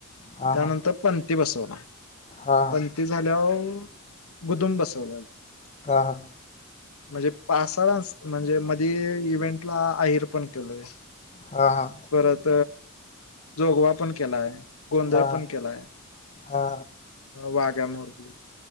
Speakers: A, on the left (about 30°); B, on the left (about 80°).
A: हा
B: त्यानंतर
A: हा
B: पणथी बसवला.
A: हा
B: पणथी झाल्यावर गुदुम बसवला.
A: काहा?
B: म्हणजे पाचसहा डान्स म्हणजे मध्ये इव्हेंटला आहेर पण केलोय.
A: हा हा
B: परत जोगवा पण केलाय, गोंधळ
A: हा
B: पण केलाय.
A: हा.
B: वाघ्या मुरळी